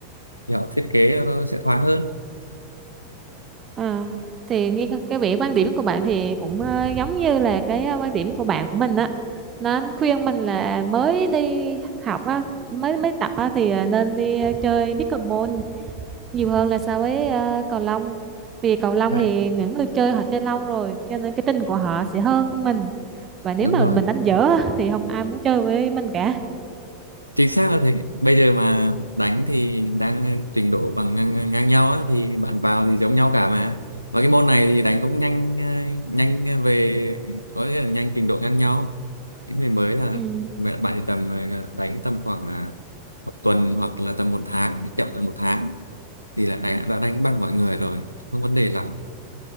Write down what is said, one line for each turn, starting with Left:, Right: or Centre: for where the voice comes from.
Left: thì họ thiết kế nó sẽ thoáng hơn
Right: à thì nghe cái cái vẻ quan điểm của bạn thì cũng ờ, giống như là cái ờ, quan điểm của bạn của mình á nó khuyên mình là mới đi học á mới mới tập á thì ờ, nên đi ờ, chơi pickleball nhiều hơn là so với ờ, cầu lông vì cầu lông
Left: Đấy.
Right: thì những người chơi họ chơi lâu rồi cho nên cái trình của họ sẽ hơn mình và nếu
Left: đúng
Right: mà
Left: rồi
Right: mình đánh dở á, thì không ai muốn chơi với mình cả
Left: chính xác là thế bây giờ mà đánh thì đang trình độ bằng ngang, ngang nhau á, thì bạn vào thì giống nhau cả mà và cái môn này thì đánh cũng nhanh ờ, nhanh về có nghĩa là nhanh trình độ ngang nhau những người mới là
Right: Ừ.
Left: mẹ bạn thì tầm ờ, đánh tầm khoảng à, một tuần hoặc là tầm một tháng chậm là một tháng thì là đã, đã đánh bằng mọi người rồi không vấn đề lắm